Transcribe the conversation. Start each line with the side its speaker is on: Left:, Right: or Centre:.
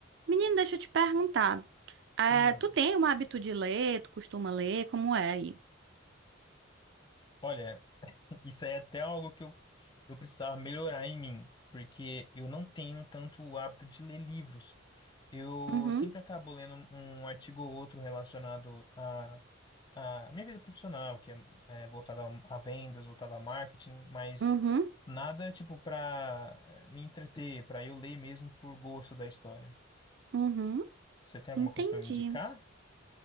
Right: Menino, deixa eu te perguntar. É,
Left: Hum,
Right: tu tem um hábito de ler? Tu costuma ler? Como é aí?
Left: olha, <laughs> isso aí é até algo que eu, eu precisava melhorar em mim, porque eu não tenho tanto o hábito de ler livros. Eu
Right: Uhum,
Left: sempre acabo lendo um artigo ou outro relacionado à à minha vida profissional, que é, é voltada a, a vendas, voltada a marketing, mas
Right: uhum,
Left: nada tipo para me entreter, para eu ler mesmo por gosto da história.
Right: uhum.
Left: Você tem alguma
Right: Entendi.
Left: coisa para me indicar?